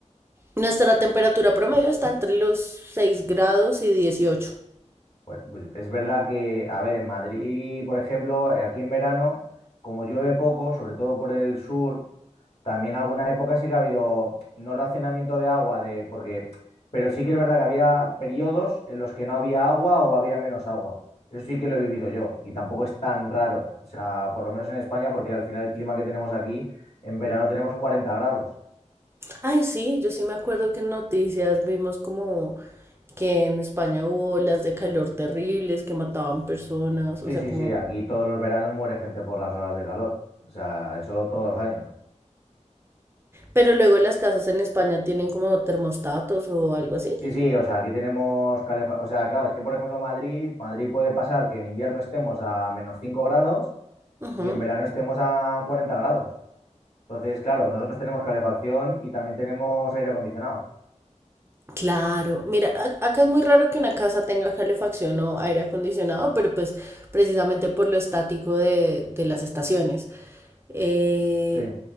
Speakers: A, on the right (about 20°); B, on the left (about 50°).
A: nuestra temperatura promedio está entre los 6 grados y 18.
B: Pues, pues es verdad que, a ver, en Madrid, por ejemplo, eh, aquí en verano, como llueve poco, sobre todo por el sur, también alguna época sí que ha habido no racionamiento de agua, de, porque, pero sí que es verdad que había periodos en los que no había agua o había menos agua. Eso sí que lo he vivido yo y tampoco es tan raro. O sea, por lo menos en España, porque al final el clima que tenemos aquí, en verano tenemos 40 grados.
A: Ay, sí, yo sí me acuerdo que en noticias vimos como que en España hubo olas de calor terribles que mataban personas, o
B: Sí,
A: sea,
B: sí,
A: como...
B: sí, aquí todos los veranos muere gente por las olas de calor. O sea, eso todos los años.
A: Pero luego las casas en España tienen como termostatos o algo así.
B: Sí, sí, o sea, aquí tenemos calefacción. O sea, claro, es que por ejemplo Madrid, Madrid puede pasar que en invierno estemos a menos 5 grados
A: Ujú.
B: y en verano estemos a 40 grados. Entonces, claro, nosotros tenemos calefacción y también tenemos aire acondicionado.
A: Claro, mira, a- acá es muy raro que una casa tenga calefacción o aire acondicionado, pero pues precisamente por lo estático de, de las estaciones. eh,
B: Sí.